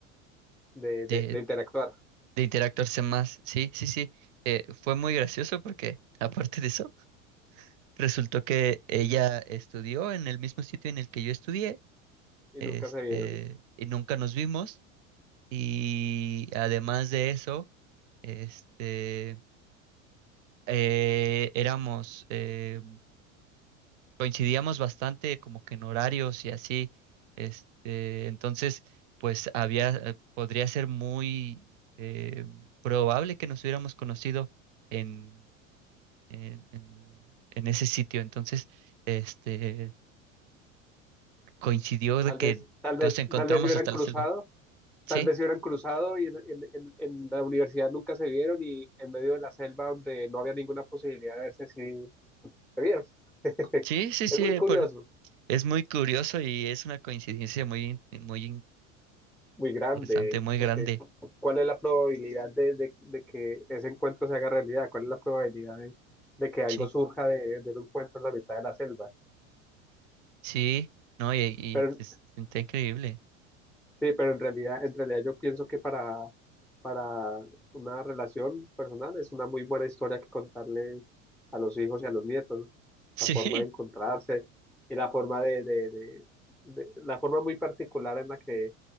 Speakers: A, in the centre; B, on the right.
A: de,
B: de,
A: de- de interactuar
B: de interactuarse más. Sí, sí, sí. Eh, fue muy gracioso porque, <laughs> aparte de eso, resultó que ella estudió en el mismo sitio en el que yo estudié,
A: y
B: este,
A: nunca se vieron.
B: y nunca nos vimos. Y además de eso, este, eh, éramos, eh, coincidíamos bastante como que en horarios y así. Este, entonces, pues había, eh, podría ser muy eh, probable que nos hubiéramos conocido en, en, en, en ese sitio. Entonces, este, coincidió
A: Tal
B: de que
A: vez, tal vez,
B: nos encontramos
A: tal vez se hubieran
B: hasta
A: cruzado,
B: la selva. Sí,
A: tal vez se hubieran cruzado y en, en- en- en la universidad nunca se vieron y en medio de la selva donde no había ninguna posibilidad de verse si se vieron. <laughs>
B: sí, sí, sí,
A: Es muy curioso,
B: por, es muy curioso y es una coincidencia muy, in- muy
A: muy grande,
B: Interesante, muy
A: porque
B: grande.
A: ¿cuál es la probabilidad de, de- de que ese encuentro se haga realidad? ¿Cuál es la probabilidad de, de que algo
B: Sí.
A: surja de, de un encuentro en la mitad de la selva?
B: Sí, no, y, y
A: Pero
B: es- está increíble.
A: Sí, pero en realidad, en realidad yo pienso que para, para una relación personal es una muy buena historia que contarle a los hijos y a los nietos,
B: <laughs>
A: la forma
B: Sí,
A: de encontrarse y la forma de, de- de- de- la forma muy particular en la que,